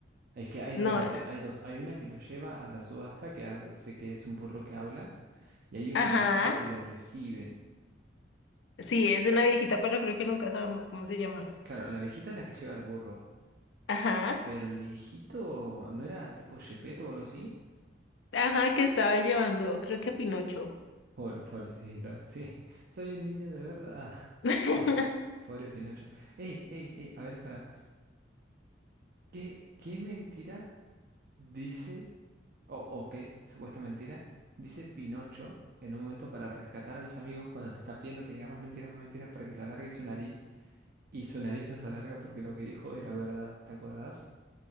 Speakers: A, on the right; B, on the left.
A: Es que hay
B: No.
A: dos, depe- hay dos. Hay una que lo lleva a la subasta, que hace que es un burro que habla, y hay un
B: Ajá,
A: viejito que lo recibe.
B: sí, es una viejita, pero creo que nunca sabemos cómo se llama.
A: Claro, la viejita es la que lleva al burro,
B: Ajá,
A: pero el viejito no era tipo Shepeto o algo así.
B: ajá, que estaba llevando, creo que a Pinocho.
A: Pobre, pobrecita, sí, <laughs> soy un niño de verdad.
B: <laughs>
A: <laughs> Pobre, pobre Pinocho. Ey, ey, ey, a ver, para. ¿Qué, qué mentira dice, o, o qué supuesta mentira, dice Pinocho en un momento para rescatar a los amigos cuando le están pidiendo que diga más mentiras, más mentiras para que se alargue su nariz? Y su nariz no se alarga porque lo que dijo era verdad, ¿te acordás?